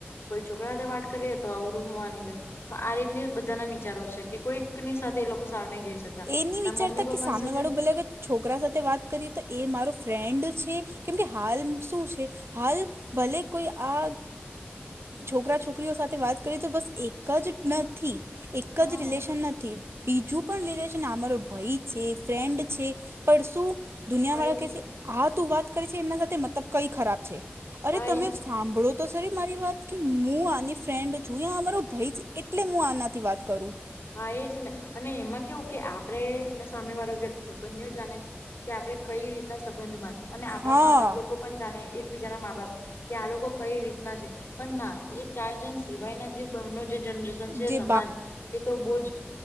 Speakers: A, on the left (about 70°); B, on the right (about 80°).
A: કોઈ છોકરા સાથ વાત કરીએ તો અવળું માંની લે તો આ રીતની બધાના વિચારો છે કે કોઈકની સાથે એ લોકો સારુ નહી જોઈ શક
B: એ નહીં
A: ના
B: વિચારતા
A: મમ્મી પપા
B: કે સામેવાળો
A: સાથે
B: ભલે અગર છોકરા સાથે વાત કરીએ તો એ મારો ફ્રેન્ડ છે કેમકે હાલ શું છે હાલ ભલે કોઈ આ છોકરા છોકરીઓ સાથે વાત કરીએ તો બસ એક જ નથી એક
A: હા
B: જ રિલેશન નથી બીજું પણ રિલે છે આ માંરો ભઈ છે ફ્રેન્ડ છે પણ શું દુનિયા
A: હા
B: વાળા
A: એજ
B: કેસે
A: ને
B: આ તું વાત કરે છે એમના સાથે મતલબ કઈ ખરાબ છે અરે
A: હા
B: તમે
A: એજ
B: સાંભળો તો સરી મારી
A: હમ
B: વાત કે હું આની ફ્રેન્ડ છું યા આ મારો ભઈ છે એટલે હું આનાથી વાત કરું
A: હા એ જ ને અને એમાં કેવું કે આપણે ને સામે વાળો વ્યક્તિ બંનેઓ જાણે છે કે આપડે કઈ રીતના સંબંધમાં છે અને આપડા
B: હા
A: મા બાપ લોકો પણ જાણે એકબીજાના મા બાપ કે આ લોકો કઈ રીતના છે પણ ના એ ચાર જણ સિવાયના જે બાર નો જે જનરેશ
B: જે
A: સમાજ એ તો બોજ